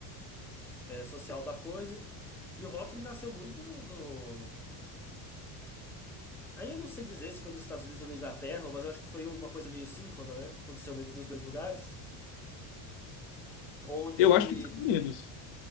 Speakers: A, in the centre; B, on the left.
A: é, social da coisa. E o rock ele nasceu muito no. Aí eu não sei dizer se foi nos Estados Unidos ou na Inglaterra, mas eu acho que foi uma coisa meio síncrona, né? Aconteceu meio que nos dois lugares, onde
B: Eu acho que nos Estados Unidos.